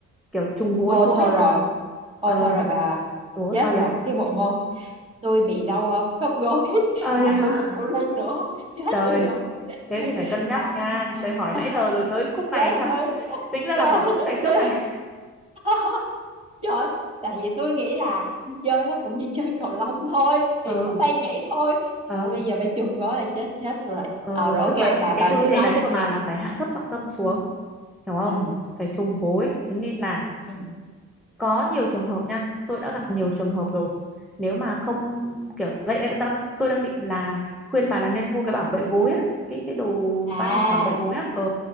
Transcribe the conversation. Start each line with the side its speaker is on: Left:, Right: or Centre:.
Centre: kiểu trùng gối
Right: ô
Centre: xuống
Right: thôi
Centre: ấy
Right: rồi
Centre: ờ
Right: ô thôi rồi bà
Centre: ủa
Right: chết
Centre: sao
Right: rồi
Centre: vậy
Right: cái bộ môn tôi bị đau ờ, khớp gối <laughs>
Centre: ờ
Right: mà
Centre: vậy hả
Right: tôi còn đau lưng nữa chết
Centre: trời
Right: tôi rồi
Centre: thế
Right: <laughs>
Centre: thì phải cân
Right: bà
Centre: nhắc nha tôi hỏi
Right: <laughs>
Centre: nãy giờ rồi tới khúc này
Right: chết
Centre: sao
Right: thôi
Centre: tính ra
Right: Trời,
Centre: là phải hỏi khúc này
Right: tôi
Centre: trước này
Right: <laughs> trời tại vì tôi nghĩ là chơi nó cũng như chơi cầu lông thôi thì
Centre: <laughs>
Right: cứ
Centre: ừ
Right: bay nhảy thôi trời
Centre: ờ
Right: bây giờ phải chùm gói là chết chết rồi
Centre: ờ
Right: à, rồi ok
Centre: tức là
Right: bà bà
Centre: cái tư
Right: cứ
Centre: thế
Right: nói
Centre: đánh
Right: tiếp
Centre: của
Right: đi
Centre: bà là phải hạ thấp trọng tâm xuống hiểu không
Right: ừ
Centre: phải trùng gối thế nên là
Right: ừ
Centre: có nhiều trường hợp nha tôi đã gặp nhiều trường
Right: Ờ.
Centre: hợp rồi nếu mà không kiểu vậy đây tôi đang, tôi đang định là khuyên bà là nên mua cái bảo vệ gối á cái cái đồ
Right: à
Centre: bao bảo vệ gối á ờ